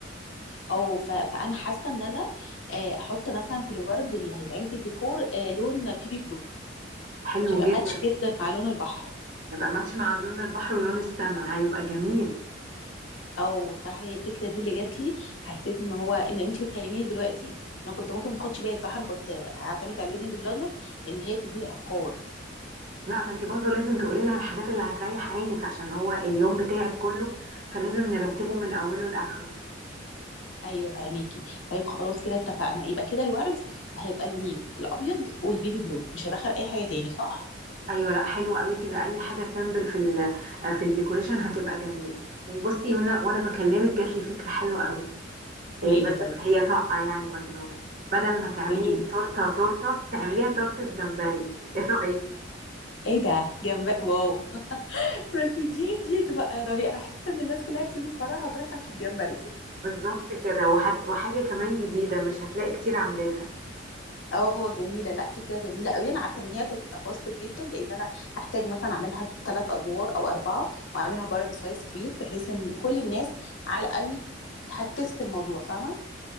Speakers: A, on the left; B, on the right.
A: او ف... فانا حاسه ان انا آه، احط مثلا في الورد اللي هيتعمل فيه الديكور آه، لون بيبي بلو
B: حلو
A: هيبقى
B: جدا
A: ماتش جدا مع لون البحر
B: هيبقى ماتش مع لون البحر ولون السماء هيبقى جميل
A: او صراحه هي الفكره دي اللي جات لي حسيت ان هو ان انت بتكلميني دلوقتي انا كنت ممكن ما اخدش بالي صح انا كنت هعتمد على الويدنج بلانر ان هي تديني افكار
B: لا ما انت برضو لازم تقولي لها الحاجات اللي هتريح عينك عشان هو اليوم بتاعك كله فلازم نرتبه من اوله لاخره
A: ايوه فهميكي طيب خلاص كده اتفقنا يبقى كده الورد هيبقى لونين الابيض والبيبي بلو مش هدخل اي حاجه تاني صح
B: ايوه لا حلو قوي كده اي حاجه سامبل في ال آه، في الديكوريشن هتبقى جميله وبصي وانا وانا بكلمك جات لي فكره حلوه قوي
A: قولي
B: إيه بس
A: لي طيب
B: هي طاقه يعني مجنونه بدل ما تعملي
A: قولي لي.
B: تورته تورته تعمليها تورته جمبري <laughs> ايه رايك
A: ايه ده جمبري واو بس دي دي تبقى رهيبه انا حاسه ان الناس كلها تسيب الفرح وتروح تاكل الجمبري
B: بالظبط كده وحد- وحاجه كمان جديده مش هتلاقي كتير عاملينها
A: اه جميله لا فكره جميله قوي انا عارفه ان هي هتبقى كوستد جدا لان انا هحتاج مثلا اعملها ثلاث ادوار او اربعه واعملها برضه بسايز كبير بحيث ان كل الناس على الاقل هتست الموضوع فاهمه